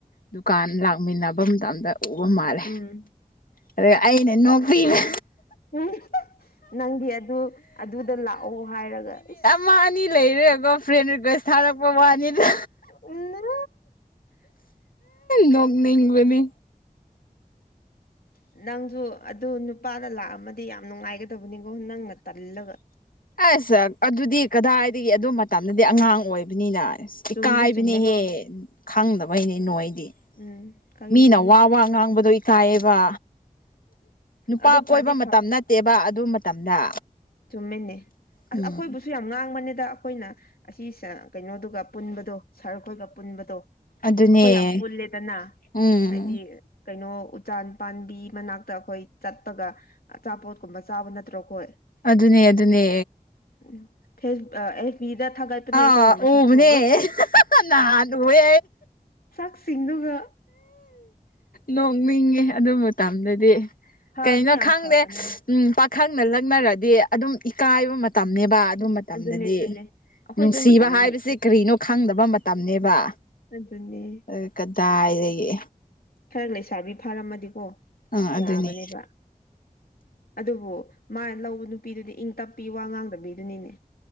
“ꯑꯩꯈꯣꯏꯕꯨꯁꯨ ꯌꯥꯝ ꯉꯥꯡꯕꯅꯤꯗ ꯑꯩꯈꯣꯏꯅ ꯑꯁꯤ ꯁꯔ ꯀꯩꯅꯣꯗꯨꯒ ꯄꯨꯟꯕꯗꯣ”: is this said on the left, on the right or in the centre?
Left